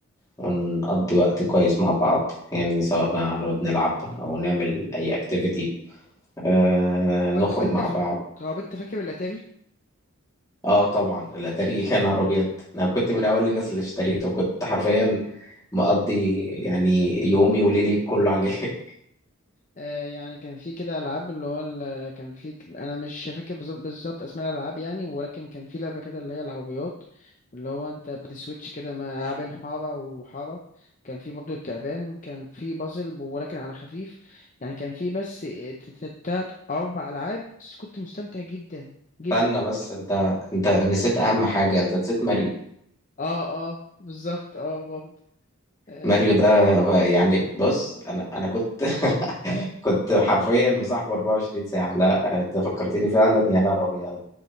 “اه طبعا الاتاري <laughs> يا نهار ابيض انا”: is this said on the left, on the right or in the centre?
Left